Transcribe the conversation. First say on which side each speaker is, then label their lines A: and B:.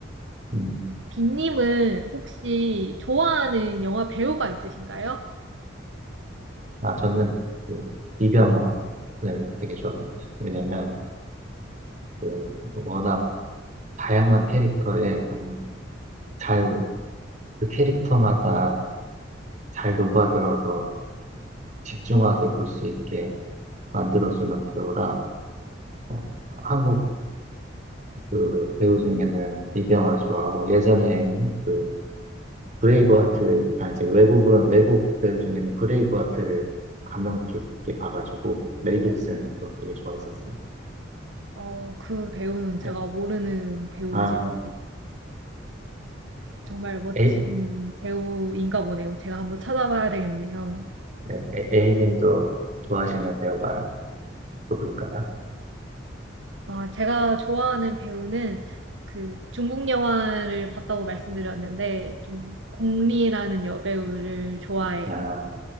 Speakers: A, on the right; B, on the right.
A: 음,
B: 빈님은 혹시 좋아하는 영화 배우가 있으신가요?
A: 아 저는 그 이병헌을 되게 좋아합니다. 왜냐면 그 워낙 다양한 캐릭터에 너무 잘그 캐릭터마다 잘 녹아들어서 집중하게 볼 수 있게 만들어주는 배우라 어, 한국 그 배우 중에는 이병헌 좋아하고 예전에는 그 브레이브하트 아 이제 외국은 외국 배우 중에는 브레이브하트를 감명 깊게 봐가지고 멜 깁슨도
B: 네.
A: 되게 좋아했었습니다.
B: 어, 그 배우는 제가
A: 네.
B: 모르는 배우지만
A: 아
B: 정말 멋진
A: A 네.
B: 배우인가 보네요. 제가 한번 찾아봐야 되겠네요.
A: 네. A- A님도 좋아하시는 배우가 누굴까요?
B: 아, 제가 좋아하는 배우는 그 중국 영화를 봤다고 말씀드렸는데 좀 공리라는 여배우를 좋아해요.
A: 아